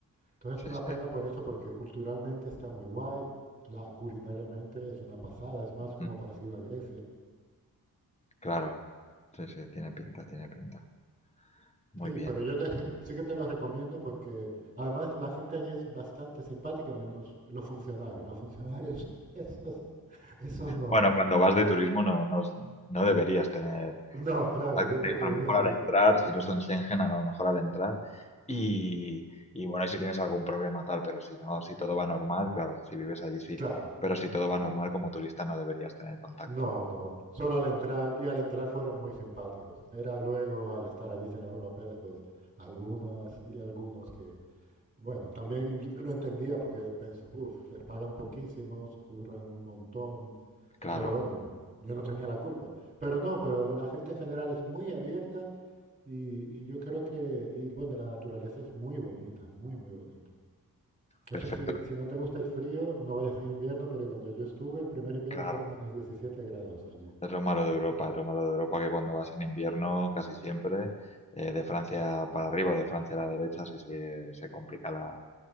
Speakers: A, on the right; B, on the left.
A: Entonces
B: Sí,
A: es una
B: sí,
A: pena por eso, porque culturalmente está muy guay, la, culinariamente es una pasada, es más como
B: mm,
A: parecido a Grecia.
B: claro. Sí, sí, tiene pinta, tiene pinta. Muy
A: Sí,
B: bien.
A: pero yo te- sí que te lo recomiendo porque además la gente allí es bastante simpática, menos los funcionarios. Los funcionarios, <laughs> esos, esos no.
B: Bueno, cuando vas de turismo no, no, no deberías tener,
A: No, claro,
B: contacto,
A: yo porque
B: a
A: vivía
B: lo mejor
A: allí.
B: al entrar, si no son Schengen, a lo mejor al entrar. Y, y bueno, y si tienes algún problema tal, pero si no, si todo va normal, claro, si vives allí sí,
A: Claro.
B: pero si todo va normal como turista no deberías tener contacto
A: No,
B: con-
A: no. Solo al entrar, y al entrar fueron muy simpáticos. Era luego al estar allí sacando papeles, pues algunas y algunos que, Bueno, también l- lo entendía porque pensé, uff, les pagan poquísimos, curran un montón,
B: Claro,
A: pero bueno, yo no tenía la culpa. Pero no, pero la gente en general es muy abierta y, y yo creo que, y bueno, la naturaleza es muy bonita, muy, muy bonita.
B: perfecto,
A: Esto sí, si no te gusta el frío, no vayas en invierno porque cuando yo estuve, el primer invierno
B: claro.
A: fueron menos diecisiete grados allí.
B: Es lo malo de Europa, es lo malo de Europa que cuando vas en invierno, casi siempre, eh, de Francia para arriba, de Francia a la derecha, sí se, se complica la,